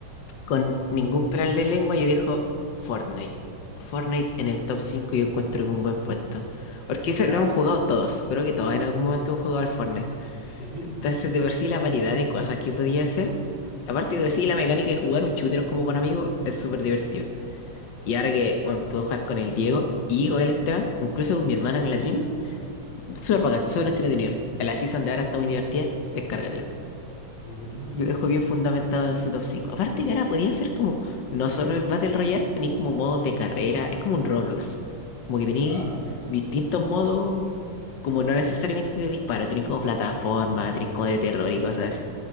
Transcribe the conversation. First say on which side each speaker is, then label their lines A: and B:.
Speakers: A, on the left (about 65°); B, on the left (about 35°).
A: Con ningún plan de lengua yo dejo Fortnite. Fortnite en el top 5 yo encuentro que un buen puesto. Porque
B: ¿ya?
A: eso lo han jugado todos. Creo que todos en algún momento han jugado al Fortnite.
B: Ujú.
A: Entonces, de por sí, la variedad de cosas que podía hacer. Aparte de por sí, la mecánica de jugar un shooter como con amigos es súper divertido. Y ahora que, bueno, puedo jugar con el Diego y con el Esteban, incluso con mi hermana, con la Trini, súper bacán, súper entretenido. En la season de ahora está muy divertida, descárgatelo.
B: Mm,
A: Yo lo dejo bien fundamentado en su top cinco Aparte que ahora podía hacer como, no solo el Battle Royale, tenéis como modos de carrera, es como un Roblox. Como que tenéis
B: ya,
A: distintos modos, como no necesariamente de disparo, tenéis como plataforma, tenéis como de terror y cosas así.